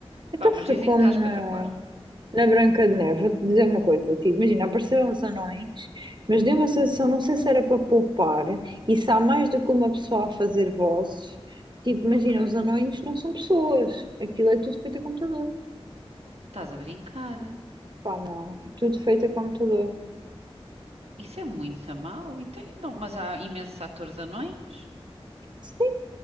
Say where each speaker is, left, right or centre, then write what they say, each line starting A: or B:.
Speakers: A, on the right; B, on the right.
A: Bah,
B: Então
A: mas
B: foi
A: dizem
B: como
A: que está
B: na.
A: espetacular.
B: Na Branca de Neve, vou-te dizer uma coisa, tipo, imagina, apareceram os anões, mas deu uma sensação, não sei se era para poupar, e se há mais do que uma pessoa a fazer vozes, tipo, imagina,
A: Ok.
B: os anões não são pessoas, aquilo é tudo feito a computador,
A: Estás a brincar.
B: pá, não, é tudo feito a computador.
A: Isso é muito mau. Então, não, mas há imensos atores anões?
B: Sim,